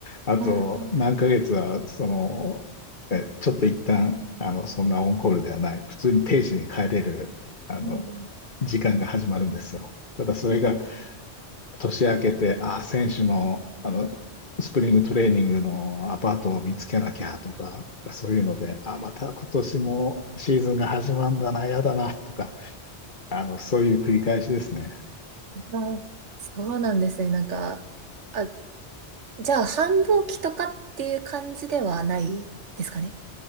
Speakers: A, on the left; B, on the right.
A: あと、
B: あー
A: 何ヶ月は、その、え、ちょっと一旦、あの、そんなオンコールではない、普通に定時に帰れる、あの、
B: うん
A: 時間が始まるんですよ。ただ、それが、
B: うんう
A: 年明けて、ああ、選手の、あの、スプリングトレーニングのアパートを見つけなきゃとか、そういうので、ああ、また今年もシーズンが始まるんだな、やだな、とか、あの、そういう繰り返しですね。
B: んあーそうなんですね。なんか、あ、じゃあ、繁忙期とかっていう感じではないですかね。